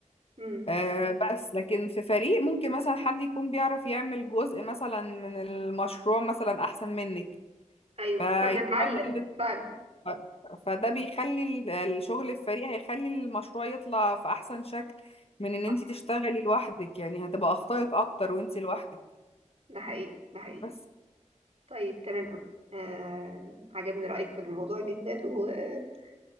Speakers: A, on the right (about 50°); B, on the left (about 50°).
A: امم
B: أه بس لكن في فريق ممكن مثلا حد يكون بيعرف يعمل جزء مثلا من المشروع مثلا احسن منك
A: ايوه
B: فيفضل
A: فبنتعلم فعلا
B: ف- فده بيخلي ال- الشغل الفريق هيخلي المشروع يطلع في احسن شكل من ان انت
A: حصل
B: تشتغلي لوحدك يعني هتبقى اخطائك اكتر وانت لوحدك
A: ده حقيقي ده حقيقي
B: بس
A: طيب تمام قوي آه عجبني رأيك في الموضوع جدا وهبقى